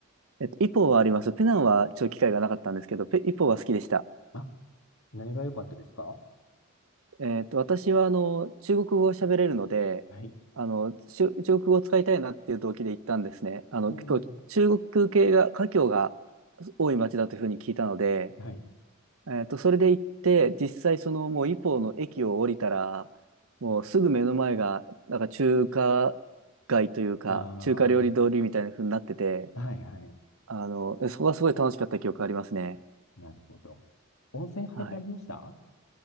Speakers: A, on the right (about 75°); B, on the left (about 80°).
A: えっと、イポはあります。ペナンはちょっと機会がなかったんですけど、ペ、イポは好きでした。
B: あ、何が良かったですか
A: えっと、私はあの中国語を喋れるので、
B: はい。
A: あのしゅ中国語を使いたいなっていう動機で行ったんですね。あの結構中国系が華僑が
B: うん。
A: 多い町だというふうに聞いたので、
B: はい。
A: えっと、それで行って実際そのもうイポーの駅を降りたらもうすぐ目の前がなんか中華街というか中華料理通りみたいなふうになってて、
B: ああ、はいはい。
A: あのそこがすごい楽しかった記憶がありますね。
B: なるほど。温泉入られました
A: はい。